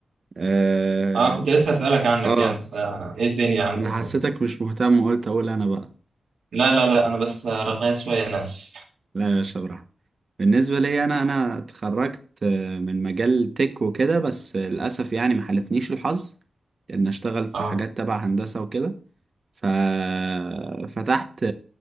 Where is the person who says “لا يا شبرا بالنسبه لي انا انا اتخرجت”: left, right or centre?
Right